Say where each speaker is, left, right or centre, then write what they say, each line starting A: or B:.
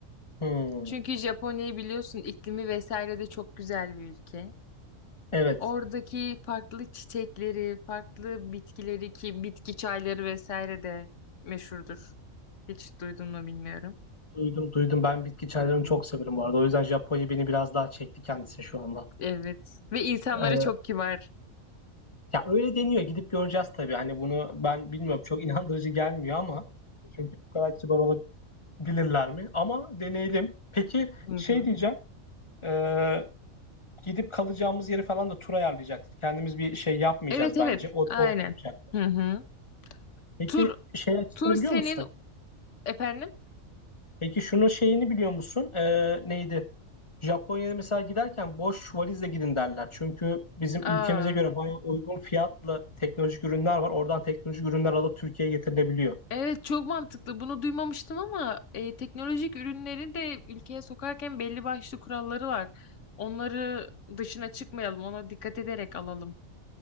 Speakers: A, on the left; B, on the left.
A: Hmm,
B: Çünkü Japonya'yı biliyorsun iklimi vesaire de çok güzel bir ülke.
A: evet.
B: Oradaki farklı çiçekleri, farklı bitkileri ki bitki çayları vesaire de meşhurdur. Hiç duydun mu bilmiyorum.
A: Duydum duydum. Ben bitki çaylarını
B: Hı hı.
A: çok severim bu arada. O yüzden Japonya beni biraz daha çekti kendisi şu anda.
B: Evet. Ve insanları
A: Ee,
B: çok kibar.
A: ya öyle deniyor. Gidip göreceğiz tabii. Hani bunu ben bilmiyorum. Çok <laughs> inandırıcı gelmiyor ama çünkü bu kadar kibar olabilirler mi? Ama deneyelim. Peki
B: Hı
A: şey
B: hı.
A: diyeceğim. Ee, gidip kalacağımız yeri falan da tur ayarlayacaktır. Kendimiz bir şey yapmayacağız
B: Evet evet.
A: bence. O,
B: Aynen.
A: o yapacaktır.
B: Hı hı.
A: Peki
B: Tur
A: şey açısını
B: tur senin
A: biliyor musun?
B: efendim.
A: Peki şunun şeyini biliyor musun? Ee, neydi? Japonya'ya mesela giderken boş valizle gidin derler. Çünkü bizim
B: Aa.
A: ülkemize göre bayağı uygun fiyatlı teknolojik ürünler var. Oradan teknolojik ürünler alıp Türkiye'ye getirilebiliyor.
B: Evet çok mantıklı. Bunu duymamıştım ama e, teknolojik ürünleri de ülkeye sokarken belli başlı kuralları var. Onları dışına çıkmayalım, ona dikkat ederek alalım.